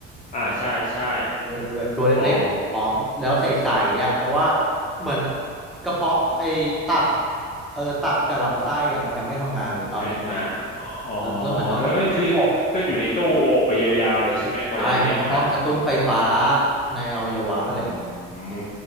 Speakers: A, on the left; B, in the centre.
A: อ่าใช่ใช่
B: เออเออแบบตัวเล็กๆผอมแล้วใสๆอ่ะเพราะว่า
A: อ๋อ
B: เหมือนกระเพาะไอ้ตับเออตับกับลำไส้อ่ะมันยังไม่ทำงานเลยตอนฮิม
A: อยู่ในทำงานอ๋ออ๋อ
B: เออก็เหมือนต้องอยู่ในระบบ
A: แล้วก็คือก็อยู่ในตู้โอบไปยาวๆเลยใช่ไหมกว่าจะนี่ออกมา
B: ใช่แล้วก็ต้องกระตุ้นไฟฟ้าในอวัยวะอะไรอย่างเงี้ยเออ
A: อืม